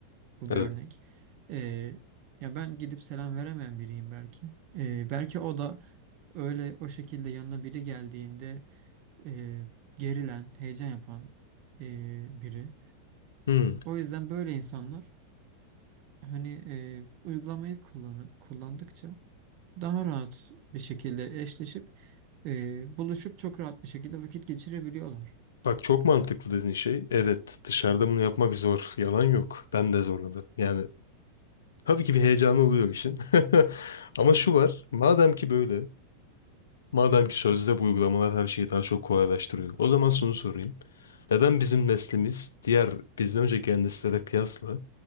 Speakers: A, on the right; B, on the left.
A: Bu
B: Evet.
A: bir örnek. Ee, ya ben gidip selam veremeyen biriyim belki. Ee, belki o da öyle o şekilde yanına biri geldiğinde e, gerilen, heyecan yapan e, biri.
B: Hı.
A: O yüzden böyle insanlar hani e, uygulamayı kullanı, kullandıkça daha rahat bir şekilde eşleşip e, buluşup çok rahat bir şekilde vakit geçirebiliyorlar.
B: Bak çok mantıklı dediğin şey. Evet, dışarıda bunu yapmak zor. Yalan yok. Ben de zorlanırım. Yani tabii ki bir heyecanı oluyor işin. <laughs> Ama şu var. Madem ki böyle Madem ki sözde bu uygulamalar her şeyi daha çok kolaylaştırıyor. O zaman şunu sorayım. Neden bizim neslimiz diğer bizden önceki gelen nesillere kıyasla